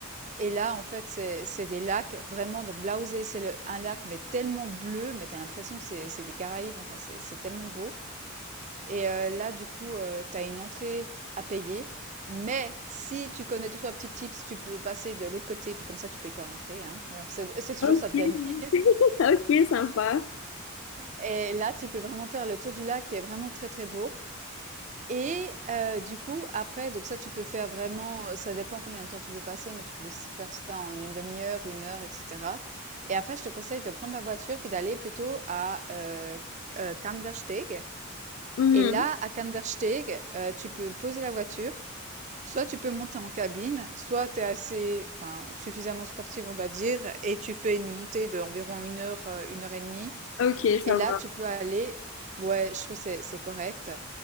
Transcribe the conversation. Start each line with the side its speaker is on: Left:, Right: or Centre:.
Right: et là, en fait, c'est c'est des lacs vraiment donc Blausee, c'est le un lac, mais tellement bleu, mais t'as l'impression que c'est c'est des Caraïbes, enfin, c'est c'est tellement beau et heu, là, du coup, heu, tu une entrée à payer, mais si tu connais tous 3 petits tips, tu peux passer de l'autre côté, puis comme ça, tu payes pas l'entrée, hein, heu, c'est c'est toujours
Left: Ok.
Right: ça de gagner.
Left: <laughs> Ok, sympa.
Right: Et là, tu peux vraiment faire le tour du lac qui est vraiment très très beau. Et euh, du coup, après, donc ça, tu peux faire vraiment, euh, ça dépend combien de temps tu veux passer, mais tu peux s- faire ça en une demi-heure, une heure, etc. Et après, je te conseille de prendre la voiture puis d'aller plutôt à euh, euh, Kandersteg.
Left: Mhm.
Right: Et là, à Kandersteg, euh, tu peux poser la voiture. Soit tu peux monter en cabine, soit tu es assez, enfin, suffisamment sportive, on va dire, et tu fais une montée d'environ une heure, euh, une heure et demie.
Left: Ok,
Right: Et
Left: ça
Right: là,
Left: va.
Right: tu peux aller ouais, je trouve que c'est c'est correct.